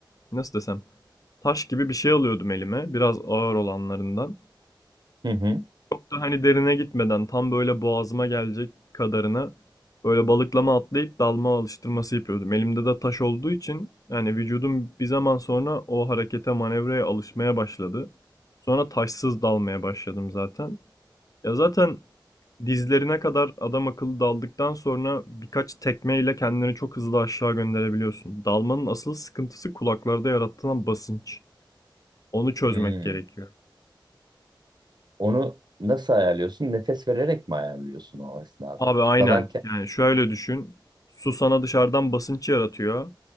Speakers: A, on the left; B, on the right.
A: nasıl desem taş gibi bir şey alıyordum elime biraz ağır olanlarından
B: Hı hı.
A: da hani derine gitmeden tam böyle boğazıma gelecek kadarına böyle balıklama atlayıp dalma alıştırması yapıyordum. Elimde de taş olduğu için yani vücudum bir zaman sonra o harekete manevraya alışmaya başladı. Sonra taşsız dalmaya başladım zaten. Ya zaten dizlerine kadar adam akıllı daldıktan sonra birkaç tekmeyle kendini çok hızlı aşağı gönderebiliyorsun. Dalmanın asıl sıkıntısı kulaklarda yaratılan basınç. Onu çözmek
B: Hmm.
A: gerekiyor.
B: Onu nasıl ayarlıyorsun? Nefes vererek mi ayarlıyorsun o esnada?
A: Abi aynen.
B: Dalarken
A: Yani şöyle düşün. Su sana dışarıdan basınç yaratıyor.